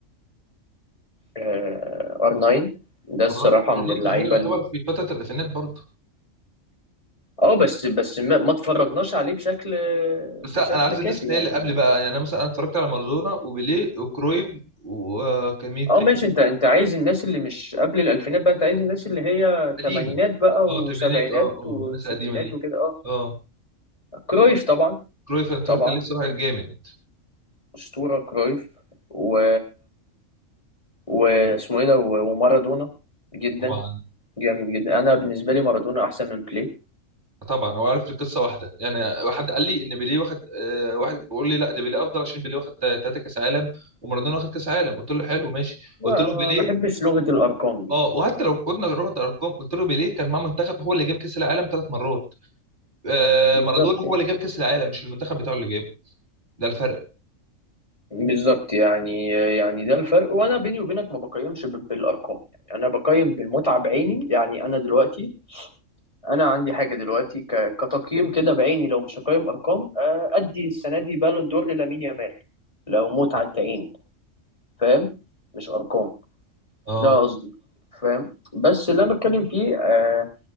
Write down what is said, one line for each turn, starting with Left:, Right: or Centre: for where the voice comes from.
Left: آه، ار 9 ده الصراحه
Right: رون-
Left: من
Right: رونالدو
Left: اللعيبه
Right: الظاهري يعتبر في فتره الالفينات برضه
Left: اه بس بس ما, ما اتفرجناش عليه بشكل
Right: بس
Left: بشكل
Right: انا عايز
Left: كافي
Right: الناس اللي
Left: يعني
Right: هي اللي قبل بقى يعني انا مثلا انا اتفرجت على مارادونا وبيليه وكرويف وكان مين
Left: اه
Right: تاني
Left: ماشي انت انت عايز الناس اللي مش قبل الالفينات بقى انت عايز الناس اللي هي
Right: قديمه
Left: تمانينات بقى
Right: اه
Left: وسبعينات
Right: تمانينات اه اه
Left: وستينات
Right: الناس القديمه دي
Left: وكده اه
Right: اه
Left: كرويف طبعا
Right: كرويف انا اتفرجت
Left: طبعا
Right: عليه الصراحه جامد
Left: اسطورة كرويف و واسمه ايه ده و- ومارادونا جدا
Right: طبعا
Left: جامد جدا انا بالنسبة لي مارادونا احسن من بلاي
Right: طبعا هو عارف القصه واحده يعني واحد قال لي ان بيليه واخد آه، واحد بيقول لي لا ده بيليه افضل عشان بيليه واخد ثلاثه كاس عالم ومارادونا واخد كاس عالم قلت له حلو ماشي
Left: لا
Right: قلت له
Left: ما
Right: بيليه
Left: بحبش لغة الارقام دي
Right: اه وحتى لو قلنا رحت الارقام قلت له بيليه كان مع منتخب هو اللي جاب كاس العالم ثلاث مرات آه
Left: بالظبط
Right: مارادونا
Left: يعني.
Right: هو اللي جاب كاس العالم مش المنتخب بتاعه اللي جابه ده الفرق
Left: بالظبط يعني يعني ده الفرق وانا بيني وبينك ما بقيمش ب- بالارقام يعني انا بقيم بالمتعه بعيني يعني انا دلوقتي انا عندي حاجه دلوقتي ك- كتقييم كده بعيني لو مش هقيم ارقام آه، ادي السنه دي بالون دور للامين يامال لو متعه عين فاهم مش ارقام
Right: اه
Left: ده قصدي فاهم بس اللي انا بتكلم فيه آه،